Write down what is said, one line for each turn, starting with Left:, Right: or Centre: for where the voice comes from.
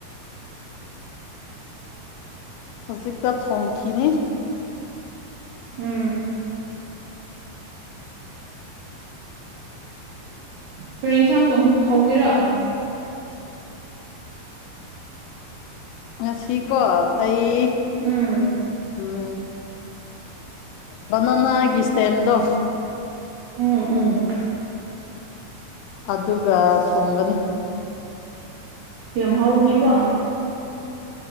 Left: ꯍꯧꯖꯤꯛꯇ ꯊꯣꯡꯈꯤꯅꯤ
Right: ꯎꯝ ꯀꯔꯤ ꯏꯟꯁꯥꯡ ꯇꯣꯡ ꯊꯣꯡꯒꯦꯔꯣ
Left: ꯉꯁꯤꯀꯣ ꯑꯩ
Right: ꯎꯝ
Left: ꯎꯝ ꯕꯥꯅꯥꯅꯥꯒꯤ ꯁ꯭ꯇꯦꯝꯗꯣ
Right: ꯎꯝ ꯎꯝ
Left: ꯑꯗꯨꯒ ꯊꯣꯡꯒꯅꯤ
Right: ꯌꯥꯝ ꯍꯥꯎꯒꯅꯤꯀꯣ